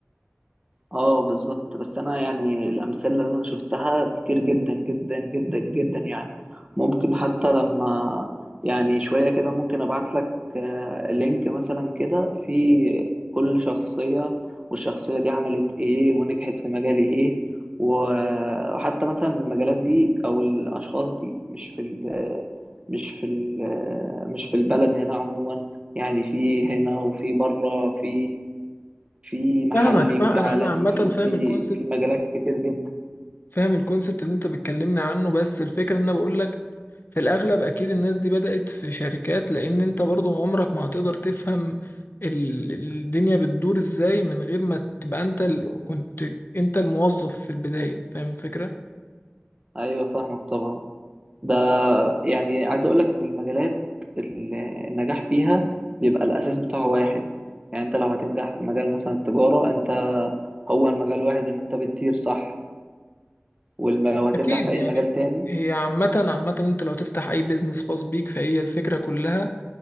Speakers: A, on the right; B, on the left.
A: اه بالظبط بس انا يعني الامثله اللي انا شفتها كتير جدا جدا جدا جدا يعني ممكن حتى لما يعني شويه كده ممكن ابعت لك آه، لينك مثلا كده في كل شخصيه والشخصيه دي عملت ايه ونجحت في مجال ايه و- وحتى مثلا المجالات دي او الاشخاص دي مش في ال- مش في ال- مش في البلد هنا عموما يعني في هنا وفي بره في في محلي
B: فاهمك فاهم
A: وفي
B: انا
A: عالمي
B: انا عامه
A: وفي
B: فاهم الكونسبت
A: في مجالات كتير جدا
B: فاهم الكونسبت اللي انت بتكلمني عنه بس الفكره ان انا بقول لك في الاغلب اكيد الناس دي بدات في شركات لان انت برضو عمرك ما هتقدر تفهم ال- الدنيا بتدور ازاي من غير ما تبقى انت ال... كنت انت الموظف في البدايه فاهم الفكره
A: ايوه فاهمك طبعا ده يعني عايز اقول لك ان المجالات ال- النجاح فيها بيبقى الاساس بتاعه واحد يعني انت لو هتنجح في مجال مثلا التجارة انت هو المجال واحد ان انت بتدير صح ولو هتنجح
B: اكيد
A: في اي
B: يعني
A: مجال تاني
B: هي عامه عامه انت لو تفتح اي بيزنس خاص بيك فهي الفكره كلها